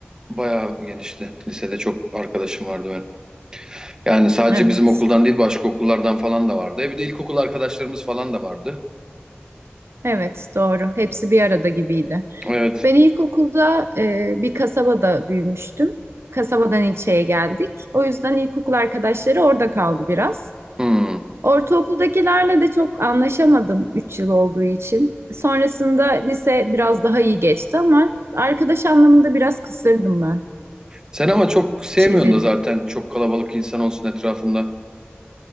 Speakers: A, on the right; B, on the right.
A: Bayağı genişti. Lisede çok arkadaşım vardı benim. Yani sadece
B: Evet.
A: bizim okuldan değil başka okullardan falan da vardı. E bir de ilkokul arkadaşlarımız falan da vardı.
B: Evet, doğru. Hepsi bir arada gibiydi.
A: Evet.
B: Ben ilkokulda e, bir kasabada büyümüştüm. Kasabadan ilçeye geldik. O yüzden ilkokul arkadaşları orada kaldı biraz.
A: Hmm.
B: Ortaokuldakilerle de çok anlaşamadım 3 yıl olduğu için. Sonrasında lise biraz daha iyi geçti ama arkadaş anlamında biraz kısırdım ben.
A: Sen ama çok sevmiyorsun
B: Çevrildi.
A: da zaten çok kalabalık insan olsun etrafında.